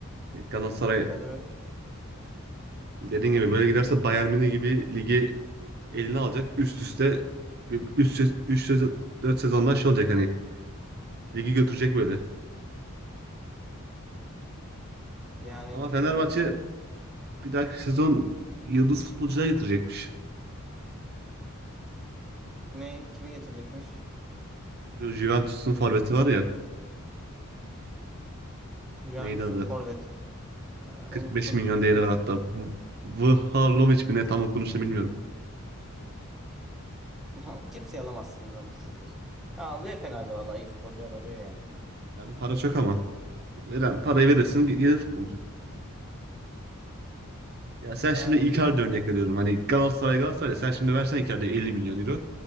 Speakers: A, on the right; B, in the centre.
A: Yani Galatasaray
B: Ben öyle açıkçası.
A: dediğin gibi böyle giderse Bayern Münih gibi ligi eline alacak. Üst üste 3 3 4 sezondan şey olacak hani ligi götürecek böyle.
B: Yani
A: Ama Fenerbahçe
B: bilmiyorum.
A: bir dahaki sezon yıldız futbolcular getirecekmiş.
B: Ne kimi getirecekmiş?
A: Şu Juventus'un forveti var ya
B: Juventus'un
A: neydi adı?
B: forvet. Ee,
A: 45
B: unuttum.
A: milyon değeri
B: Ne?
A: var hatta. V- Vlahovic mi ne tam okunuşunu bilmiyorum.
B: <laughs> Kimseyi alamazsınız bence siz. Ha, alıyor Fener'de vallahi iyi futbolcu arıyor yani.
A: Yani para çok ama veren parayı verirsin gelir futbolcu. Ya sen
B: Yani
A: şimdi Icardi örnek veriyorum. Hani Galatasaray Galatasaray sen şimdi versen Icardi'ye 50 milyon euro.